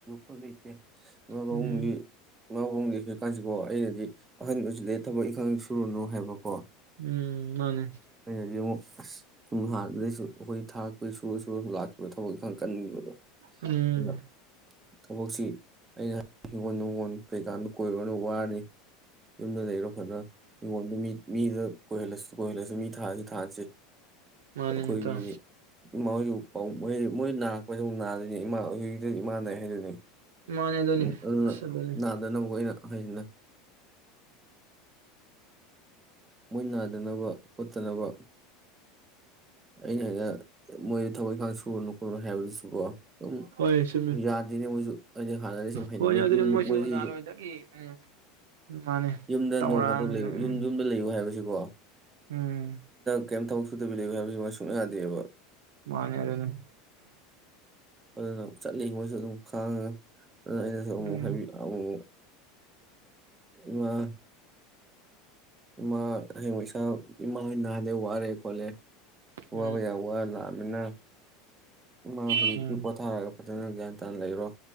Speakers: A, on the right; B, on the right.
A: <unintelligible> ꯂꯩꯇꯦ <unintelligible>
B: ꯎꯝ
A: ꯀꯥꯟꯁꯤꯀꯣ ꯑꯩꯅꯗꯤ ꯑꯍꯟꯕꯁꯨ ꯂꯩ ꯊꯕꯛ ꯏꯈꯥꯡ ꯁꯨꯔꯅꯨ ꯍꯥꯏꯕꯀꯣ
B: ꯎꯝ ꯃꯥꯅꯦ
A: ꯑꯩꯅꯗꯤ ꯑꯃꯨꯛ ꯑꯁ ꯁꯨꯝ ꯍꯥꯟꯅꯗꯩꯁꯨ ꯑꯈꯣꯏ ꯊꯥꯛꯄꯩ ꯁꯨꯔ ꯁꯨꯔ ꯂꯥꯛ ꯊꯕꯛ ꯏꯟꯈꯥꯡ ꯀꯟꯕꯗꯣ
B: ꯎꯝ
A: ꯑꯗꯨꯅ ꯊꯕꯛꯁꯤ ꯑꯩꯅ ꯍꯤꯡꯒꯣꯜ ꯅꯨꯡꯒꯣꯜ ꯀꯩꯀꯥꯟꯗ ꯀꯣꯏꯔꯣꯅ ꯋꯥꯔꯅꯤ ꯌꯨꯝꯗ ꯂꯩꯔꯣ <unintelligible> ꯍꯥꯡꯒꯣꯟꯗꯨ ꯃꯤ ꯃꯤꯗ ꯀꯣꯏꯍꯜꯂꯁꯤ ꯀꯣꯏꯔꯁꯨ ꯃꯤ ꯍꯥꯏ ꯊꯥꯁꯦ
B: ꯃꯥꯅꯦ
A: ꯑꯈꯣꯏꯒꯤ
B: ꯏꯇꯥꯎ
A: ꯏꯃꯥ ꯍꯣꯏꯁꯨ <unintelligible> ꯃꯣꯏ ꯅꯥꯔꯛꯄꯗ <unintelligible> ꯍꯣꯏ ꯏꯃꯥꯟꯅꯩ ꯍꯥꯏꯗꯨꯅꯤ
B: ꯃꯥꯅꯦ ꯑꯗꯨꯅꯤ
A: ꯎ ꯑꯗꯨꯅ
B: ꯑꯁ ꯑꯗꯨꯅꯤ
A: ꯅꯥꯗꯅꯕ ꯑꯩꯅ <unintelligible> ꯃꯣꯏ ꯅꯥꯗꯅꯕ ꯈꯣꯠꯇꯅꯕ ꯑꯩꯅ <unintelligible> ꯃꯣꯏꯗ ꯊꯕꯛ ꯏꯪꯈꯥꯡ ꯁꯨꯔꯅꯨ ꯈꯣꯠꯂꯨ ꯍꯥꯏꯕꯗꯨꯁꯨ ꯀꯣ ꯁꯨꯝ
B: ꯍꯣꯏ ꯆꯨꯝꯃꯤ
A: ꯌꯥꯗꯦꯅꯦ ꯃꯣꯏꯁꯨ ꯍꯥꯏꯗꯤ ꯍꯥꯟꯅꯗꯤ ꯁꯨꯝ ꯍꯩꯅꯩ
B: ꯍꯣꯏꯅꯦ ꯑꯗꯨꯗꯤ
A: ꯌꯨꯝ
B: ꯃꯣꯏꯁꯨ
A: ꯃꯣꯏꯁꯤ
B: ꯅꯍꯥꯟꯋꯥꯏꯗꯒꯤ ꯎꯝ ꯃꯥꯅꯦ
A: ꯌꯨꯝꯗ
B: ꯇꯧꯔꯛꯑꯕꯅꯤꯅ
A: ꯅꯣꯡ ꯐꯥꯗꯣꯛ ꯂꯩꯌꯨ
B: ꯎꯝ
A: ꯌꯨꯝ ꯌꯨꯝꯗ ꯂꯩꯌꯨ ꯍꯥꯏꯕꯁꯤ ꯑꯣ
B: ꯎꯝ
A: ꯀꯦꯝꯇꯧ <unintelligible> ꯁꯨꯡꯌꯥ ꯌꯥꯗꯦꯕ
B: ꯃꯥꯅꯦ ꯑꯗꯨꯅꯦ
A: ꯑꯗꯨꯅ ꯆꯠꯂꯤ ꯃꯣꯏꯁꯨ ꯑꯗꯨꯝ ꯈꯥꯡꯉꯦ꯫ ꯑꯗꯨ ꯑꯩꯅꯁꯨ ꯑꯃꯨꯛ
B: ꯑꯗꯨꯅꯤ
A: ꯍꯥꯏꯕꯤꯌꯨ ꯑꯃꯨꯛ ꯃꯥ ꯏꯃꯥ ꯍꯁꯥ ꯏꯃꯥꯍꯣꯏ ꯅꯥꯕꯅ ꯋꯥꯔꯦ ꯈꯣꯠꯂꯦ꯫
B: ꯎꯝ
A: ꯋꯥꯕ ꯌꯥ ꯋꯥ ꯂꯥꯛꯑꯅꯤꯅ ꯏꯃꯥ ꯍꯧꯖꯤꯛꯇꯤ
B: ꯎꯝ
A: ꯄꯣꯊꯥꯔꯒ꯫ ꯐꯖꯅ ꯒ꯭ꯌꯥꯟ ꯇꯥꯅ ꯂꯩꯔꯣ꯫